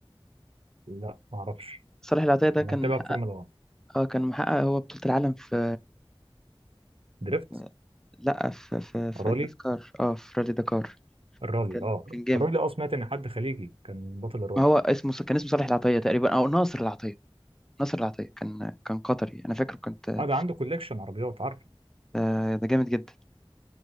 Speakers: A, on the right; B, in the centre.
A: لا ما أعرفش
B: صالح العطيه ده
A: أنا
B: كان
A: بتابع
B: محقق
A: فورمولا 1
B: اه كان محقق هو بطوله العالم في
A: دريفت
B: آه، لا في في في
A: رالي
B: النسكار اه في رالي دكار
A: الرالي
B: كان
A: اه
B: كان جامد
A: الرالي اه سمعت إن حد خليجي كان بطل الرالي
B: ما هو اسمه كان اسمه صالح العطيه تقريبا او ناصر العطيه ناصر العطية كان كان قطري أنا فاكره كنت
A: اه ده عنده كوليكشن عربيات عارفه
B: آه، ده جامد جدا